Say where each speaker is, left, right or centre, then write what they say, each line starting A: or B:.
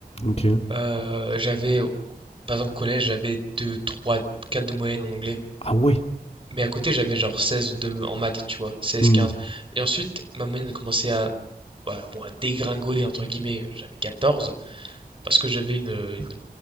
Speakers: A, on the left (about 40°); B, on the right (about 35°).
A: Ok.
B: Euh, j'avais, par exemple, collège, j'avais 2, 3, 4 de moyenne en anglais.
A: Ah ouais
B: Mais à côté, j'avais genre 16 de, en maths, tu vois. seize
A: Hmm,
B: 15. Et ensuite, ma moyenne a commencé à, voilà, bon, à dégringoler, entre guillemets. J'avais quatorze Parce que j'avais une, une